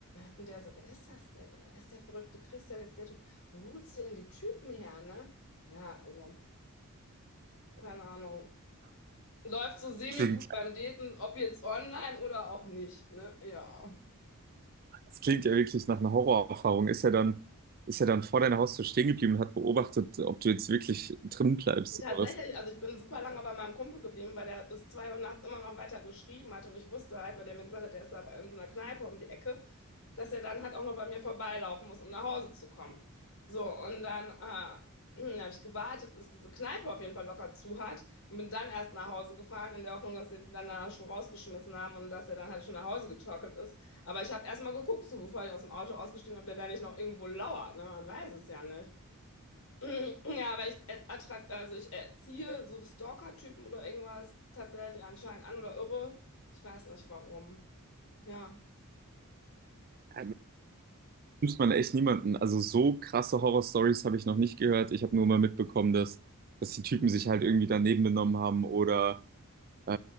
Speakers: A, on the left; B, on the right.
A: Und der so, wer ist das denn? Er ist der verrückte Christian, jetzt der Typ. Wo holst du denn die Typen her, ne? Ja, also, keine Ahnung. Läuft so semi-gut
B: Klingt,
A: beim Daten, ob jetzt online oder auch nicht, ne? Ja.
B: das klingt ja wirklich nach einer Horrorerfahrung. Ist er dann, ist er dann vor deiner Haustür stehen geblieben und hat beobachtet, ob du jetzt wirklich drin bleibst
A: Tatsächlich,
B: oder was?
A: also ich bin super lange bei meinem Kumpel geblieben, weil der bis zwei Uhr nachts immer noch weiter geschrieben hat und ich wusste halt, weil der mir gesagt hat, der ist da bei in so einer Kneipe um die Ecke. dass er dann halt auch noch bei mir vorbeilaufen muss, um nach Hause zu kommen. So, und dann, äh, <clears throat> dann habe ich gewartet, bis diese Kneipe auf jeden Fall locker zu hat und bin dann erst nach Hause gefahren, in der Hoffnung, dass sie ihn dann da schon rausgeschmissen haben und dass er dann halt schon nach Hause getorkelt ist. Aber ich habe erst mal geguckt, so bevor ich aus dem Auto ausgestiegen bin, ob der da nicht noch irgendwo lauert. Ne? Man weiß es ja nicht. <clears throat> Ja, aber ich, äh, attrakt, also ich erziehe so Stalker-Typen oder irgendwas tatsächlich anscheinend an oder irre. Ich weiß nicht warum. Ja,
B: Ähm, Nimmt man echt niemanden. Also so krasse Horrorstories habe ich noch nicht gehört. Ich habe nur mal mitbekommen, dass, dass die Typen sich halt irgendwie daneben benommen haben oder äh,